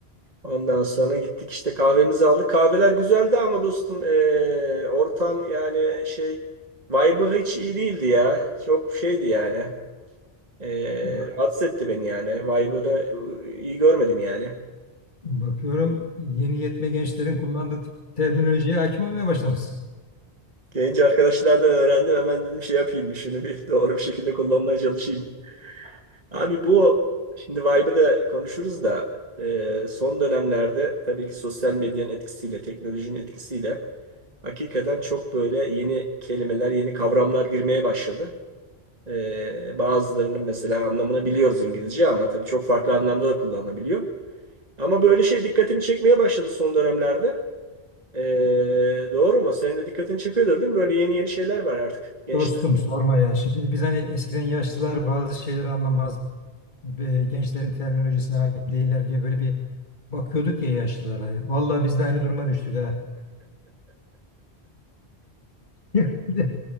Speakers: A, on the right (about 40°); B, on the left (about 45°).
A: Ondan sonra gittik işte kahvemizi aldık. Kahveler güzeldi ama dostum eee, ortam yani şey vibe'ı hiç iyi değildi ya. Çok şeydi yani. Ee,
B: Bak,
A: rahatsız etti beni yani. Vibe'ını e, iyi görmedim yani.
B: bakıyorum yeni yetme gençlerin kullandığı terminolojiye hakim olmaya başlamışsın.
A: Gelince arkadaşlardan öğrendim. Hemen dedim şey yapayım bir şunu bir <laughs> doğru bir şekilde kullanmaya çalışayım. Abi bu şimdi Vibe'ı da konuşuruz da e, son dönemlerde tabii ki sosyal medyanın etkisiyle, teknolojinin etkisiyle hakikaten çok böyle yeni kelimeler, yeni kavramlar girmeye başladı. E, bazılarının mesela anlamını biliyoruz İngilizce ama tabii çok farklı anlamda da kullanılabiliyor. Ama böyle şey dikkatimi çekmeye başladı son dönemlerde. Ee, doğru mu? Senin de dikkatin çekiyordur değil mi? Böyle yeni yeni şeyler var artık. Gençler.
B: Dostum sorma ya. Şimdi biz hani eskiden yaşlılar bazı şeyleri anlamaz. e, Gençlerin terminolojisine hakim değiller diye böyle bir bakıyorduk ya yaşlılara. Vallahi biz de aynı duruma düştük ha. <laughs>